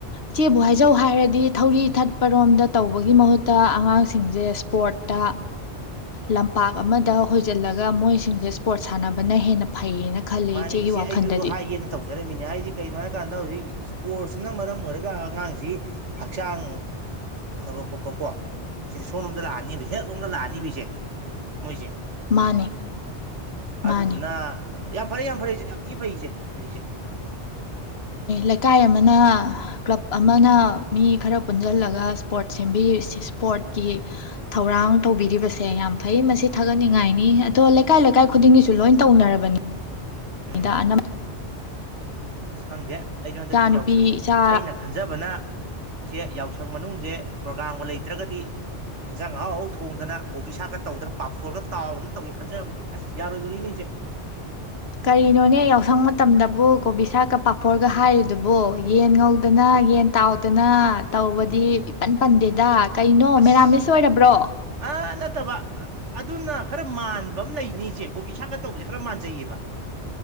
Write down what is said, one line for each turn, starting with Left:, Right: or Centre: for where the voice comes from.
Left: ꯏꯆꯦꯕꯨ ꯍꯥꯏꯖꯧ ꯍꯥꯏꯔꯗꯤ ꯊꯧꯔꯤ ꯊꯠꯄꯔꯣꯝꯗ ꯇꯧꯕꯒꯤ ꯃꯍꯨꯠꯇ ꯑꯉꯥꯡꯁꯤꯡꯁꯦ ꯏꯁꯄꯣꯔꯠꯇ ꯂꯝꯄꯥꯛ ꯑꯃꯗ ꯍꯖꯤꯜꯂꯒ ꯃꯣꯏꯁꯤꯡꯁꯦ ꯁꯄꯣꯔꯠ ꯁꯥꯟꯅꯕꯅ ꯍꯦꯟꯅ ꯐꯩꯌꯦꯅ ꯈꯜꯂꯦ
Right: ꯃꯥꯅ
Left: ꯏꯆꯦꯒꯤ
Right: ꯏꯆꯦ
Left: ꯋꯥꯈꯜꯗꯗꯤ
Right: ꯑꯩꯁꯨꯗ ꯍꯥꯏꯒꯦꯅ ꯇꯧꯖꯔꯝꯃꯤꯅꯦ ꯍꯥꯏꯗꯤ ꯀꯩꯅꯣ ꯍꯥꯏꯔꯀꯥꯟꯗ ꯍꯧꯖꯤꯛ ꯏꯁꯄꯣꯔꯠꯁ ꯑꯁꯤꯅ ꯃꯔꯝ ꯑꯣꯏꯔꯒ ꯑꯉꯥꯡꯁꯤ ꯍꯛꯆꯥꯡ ꯐꯕ ꯈꯣꯠꯄꯀꯣ ꯁꯤꯗ ꯁꯣꯝꯂꯣꯝꯗ ꯂꯥꯛꯑꯅꯤꯕ ꯍꯦꯜꯠꯂꯣꯝꯗ ꯂꯥꯛꯑꯅꯤꯕꯤꯁꯦ ꯃꯣꯏꯁꯦ
Left: ꯃꯥꯅꯦ ꯃꯥꯅꯦ
Right: ꯑꯗꯨꯗꯨꯅ ꯌꯥꯝ ꯐꯔꯦ ꯌꯥꯝ ꯐꯔꯦꯁꯦ ꯌꯥꯝ ꯊꯤ ꯐꯩꯁꯦ ꯍꯧꯖꯤꯛꯁꯦ
Left: ꯂꯩꯀꯥꯏ ꯑꯃꯅ ꯀ꯭ꯂꯕ ꯑꯃꯅ ꯃꯤ ꯈꯔ ꯄꯨꯟꯁꯤꯜꯂꯒ ꯏꯁꯄꯣꯔꯠ ꯁꯦꯝ ꯏꯁꯄꯣꯔꯠꯀꯤ ꯊꯧꯔꯥꯡ ꯇꯧꯕꯤꯔꯤꯕꯁꯦ ꯌꯥꯝ ꯐꯩ ꯃꯁꯤ ꯊꯥꯒꯠꯅꯤꯡꯉꯥꯏꯅꯤ
Right: ꯎꯝ
Left: ꯑꯗꯣ ꯂ ꯂꯩꯀꯥꯏ ꯂꯩꯀꯥꯏ ꯈꯨꯗꯤꯡꯒꯤꯁꯨ ꯂꯣꯏ ꯇꯧꯅꯔꯕꯅꯤ
Right: ꯎꯝ
Left: ꯗꯥ ꯑꯅ
Right: ꯑꯁ ꯈꯪꯗꯦ ꯑꯩꯒꯤ ꯍꯟꯗꯛꯇꯤ
Left: ꯅꯨꯨꯄꯤ
Right: ꯌꯥꯎꯁꯪ
Left: ꯏꯆꯥ
Right: ꯑꯩꯅ ꯈꯟꯖꯕꯅ ꯁꯦ ꯌꯥꯎꯁꯪ ꯃꯅꯨꯡꯁꯦ ꯄ꯭ꯔꯣꯒꯥ꯭ꯔꯝꯒ ꯂꯩꯇ꯭ꯔꯒꯗꯤ ꯍꯦꯟꯖꯥꯡ ꯑꯍꯥꯎ ꯑꯍꯥꯎ ꯊꯣꯡꯗꯅ ꯀꯣꯕꯤ ꯁꯥꯛꯀ ꯇꯧꯗꯅ ꯄꯥꯐꯣꯔꯒ ꯇꯥꯎꯅ ꯇꯧꯒꯦ ꯈꯟꯖꯕꯅꯤ ꯑꯁ ꯌꯥꯔꯣꯏꯗꯣꯔꯤꯅꯤ ꯏꯆꯦ
Left: ꯀꯔꯤꯅꯣꯅꯦ ꯌꯥꯎꯁꯪ ꯃꯇꯝꯗꯕꯨ ꯀꯣꯕꯤ ꯁꯥꯛꯀ ꯄꯥꯐꯣꯔꯒ ꯍꯥꯏꯔꯤꯗꯨꯕꯣ ꯌꯦꯟ ꯉꯧꯗꯅ ꯌꯦꯟ ꯇꯥꯎꯗꯅ ꯇꯧꯕꯗꯤ ꯏꯄꯟ ꯄꯟꯗꯦꯗ ꯀꯩꯅꯣ
Right: ꯑꯁ
Left: ꯃꯦꯔꯥꯝꯂꯤꯁ ꯑꯣꯏꯔꯕ꯭ꯔꯣ
Right: ꯑ ꯅꯠꯇꯕ ꯑꯗꯨꯅ ꯈꯔ ꯃꯥꯟꯕ ꯑꯃ ꯂꯩꯅꯤꯆꯦ ꯀꯣꯕꯤ ꯁꯥꯀ ꯇꯧꯕꯁꯦ ꯈꯔ ꯃꯥꯟꯖꯩꯌꯦꯕ